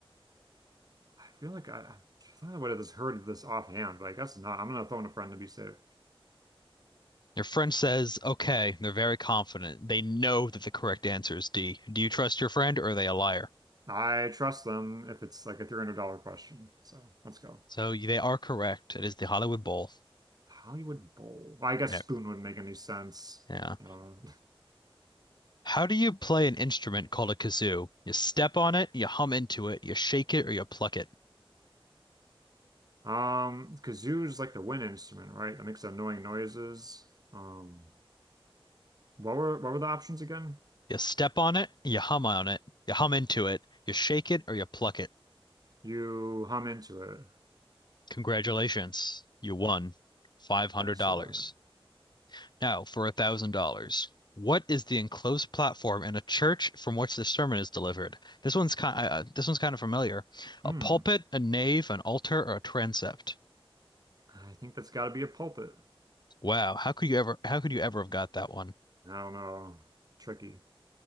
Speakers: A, on the right (about 40°); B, on the left (about 50°).
A: I feel like I, I thought I would have just heard of this offhand, but I guess not. I'm gonna phone a friend to be safe.
B: Your friend says, okay, they're very confident. They know that the correct answer is D. Do you trust your friend or are they a liar?
A: I trust them if it's like a $300 question. So let's go.
B: So they are correct. It is the Hollywood Bowl.
A: Hollywood Bowl. Well, I guess
B: No,
A: spoon wouldn't make any sense.
B: Yeah.
A: You know.
B: How do you play an instrument called a kazoo? You step on it, you hum into it, you shake it or you pluck it.
A: Um, kazoo's like the wind instrument, right? That makes annoying noises. Um, what were what were the options again?
B: You step on it, you hum on it, you hum into it, you shake it or you pluck it.
A: You hum into it.
B: Congratulations. You won $500.
A: Excellent.
B: Now, for a thousand dollars, what is the enclosed platform in a church from which the sermon is delivered? This one's kind. Uh, uh, this one's kind of familiar.
A: Hmm.
B: A pulpit, a nave, an altar, or a transept.
A: I think that's got to be a pulpit.
B: Wow, how could you ever? How could you ever have got that one?
A: I don't know. Tricky.